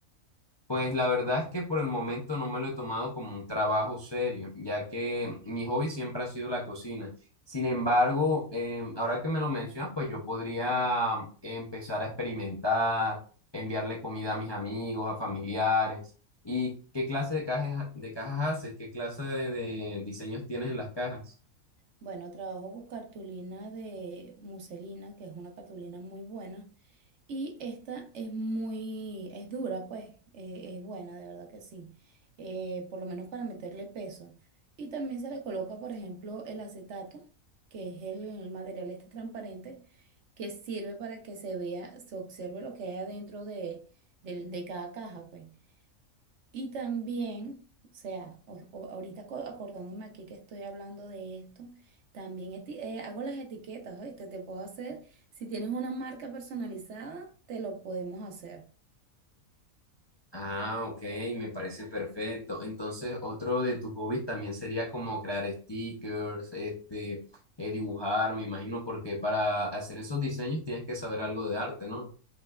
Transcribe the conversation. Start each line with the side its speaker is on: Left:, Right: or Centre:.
Left: Pues la verdad es que por el momento no me lo he tomado como un trabajo serio, ya que mi hobby siempre ha sido la cocina. Sin embargo, em, ahora que me lo mencionas, pues yo podría empezar a experimentar, enviarle comida a mis amigos, a familiares. ¿Y qué clase de cajas, de cajas haces? ¿Qué clase de de diseños tienes en las cajas?
Right: Bueno, trabajo con cartulina de muselina, que es una cartulina muy buena. Y esta es muy, es dura, pues, eh, es buena, de verdad que sí. Eh, por lo menos para meterle peso. Y también se le coloca, por ejemplo, el acetato, que es el material este transparente, que sirve para que se vea, se observe lo que hay adentro de, del- de cada caja, pues. Y también, o sea, o- o- ahorita aco- acordándome aquí que estoy hablando de esto, también eti- eh, hago las etiquetas, ¿oíste? Te puedo hacer, si tienes una marca personalizada, te lo podemos hacer.
Left: Ah, ok, me parece perfecto. Entonces, otro de tus hobbies también sería como crear stickers, este, eh, dibujar, me imagino, porque para hacer esos diseños tienes que saber algo de arte, ¿no?